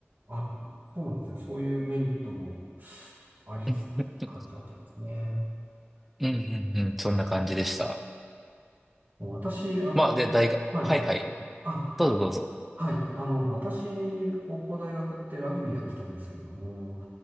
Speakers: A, on the right; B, in the centre.
A: あ、あ、そうなんですね。そういうメリットもありつつ感じだったんですね。
B: うんうんうんうん、
A: ええ
B: そんな感じでした。
A: 私、あの、
B: まあで、大学、
A: はい。
B: はいはい、
A: あ、
B: どうぞどうぞ。
A: はい。あの、私、高校大学ってラグビーやってたんですけれども、